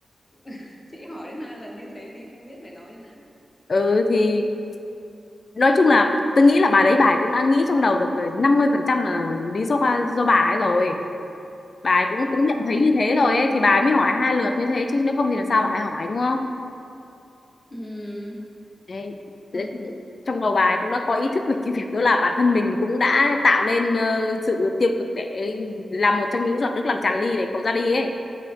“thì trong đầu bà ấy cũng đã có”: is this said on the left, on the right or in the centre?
Left